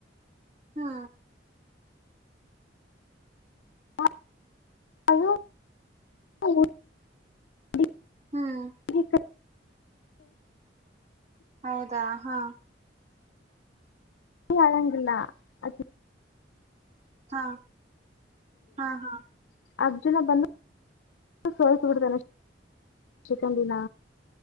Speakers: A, on the right; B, on the left.
A: ಹಾ
B: ಹಾ ಅದುದು <unintelligible>
A: ಹ್ಮ್
B: ಹ ಸ <unintelligible>
A: ಹೌದಾ ಹಾ
B: ಅಳಂಗಿಲ್ಲ ಅ <unintelligible>
A: ಹಾ ಹಾ ಹಾ
B: ಅರ್ಜುನ ಬಂದು ಸೋಸ ಬಿಡ್ತಾನೆ ಶಿಕಂಡಿನ